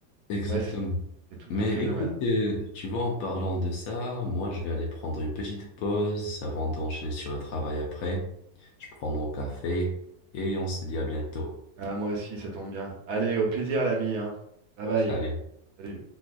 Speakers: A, on the left; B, on the right.
A: Exactement.
B: après, c'est c'est tout
A: Mais
B: un phénomène.
A: écoute, euh, tu vois, en parlant de ça, moi, je vais aller prendre une petite pause avant d'enchaîner sur le travail après. Je prends mon café et on se dit à bientôt.
B: Ah, moi aussi, ça tombe bien. Allez, au plaisir, l'ami, hein. Bye bye.
A: Salut.
B: Salut.